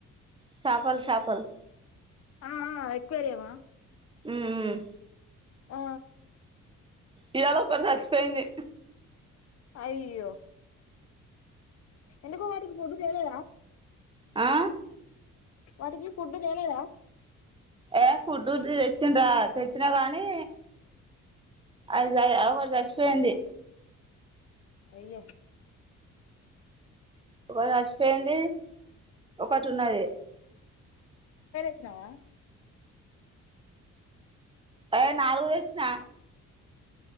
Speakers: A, on the right (about 15°); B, on the left (about 55°).
A: షాపల్ షాపల్
B: ఆ ఆ ఎక్వేరియమా
A: ఉ ఉ
B: ఆ
A: ఇవాళ ఒక్కటి చచ్చిపోయింది
B: అయ్యో ఎందుకో వాటికి ఫుడ్ తెలేదా
A: ఆ
B: వాటికి ఫుడ్ తేలేదా
A: ఏ ఫుడ్ తెచ్చిండ్రా తెచ్చినా గానీ అది ఒకటి చచిపోయింది
B: అయ్యో
A: ఒకటీ చచ్చిపోయింది ఒకటి ఉన్నది
B: వచ్చినవా
A: ఏ నాలుగు తెచ్చిన